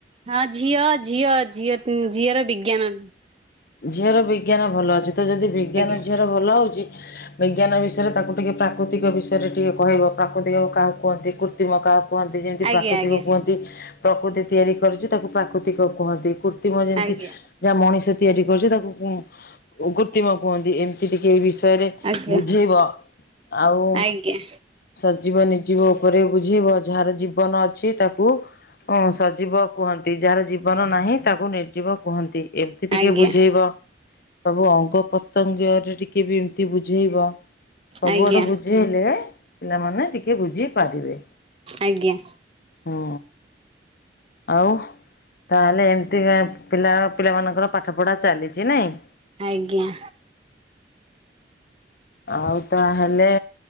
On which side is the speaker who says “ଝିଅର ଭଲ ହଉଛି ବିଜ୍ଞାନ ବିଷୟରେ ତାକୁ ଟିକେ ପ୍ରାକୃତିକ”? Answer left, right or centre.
Left